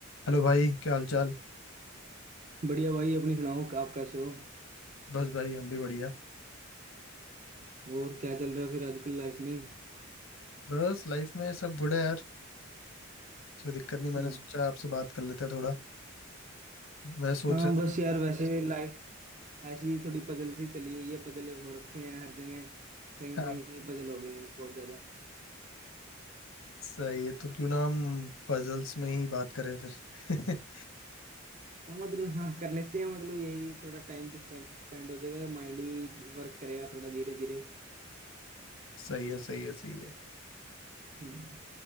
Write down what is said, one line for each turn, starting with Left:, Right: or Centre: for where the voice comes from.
Left: Hello भाई क्या हाल चाल
Right: बढ़िया भाई अपनी सुनाओ आप कैसे हो
Left: बस भाई हम भी बढ़िया
Right: और क्या चल रहा है फिर आजकल लाइफ में
Left: बस लाइफ में सब गुड है यार कोई दिक्कत नहीं मैंने
Right: हाँ
Left: सोचा आपसे बात कर लेते हैं थोड़ा मैं सोच
Right: हाँ,
Left: रहा
Right: बस
Left: था
Right: यार वैसे लाइफ ऐसी ही थोड़ी पजल सी चली हुई है पजल हो रखे हैं हर जगह कहीं
Left: <laughs> हाँ
Right: कहीं पजल हो गए हैं बहुत ज्यादा
Left: सही है तो क्यों ना हम पजल्स में ही बात करें फिर <laughs>
Right: हाँ, मतलब हाँ कर लेते हैं मतलब यही थोड़ा टाइम भी स्पेंड हो जाएगा माइंड भी वर्क करेगा थोड़ा धीरे धीरे
Left: सही है सही है सही है
Right: हम्म।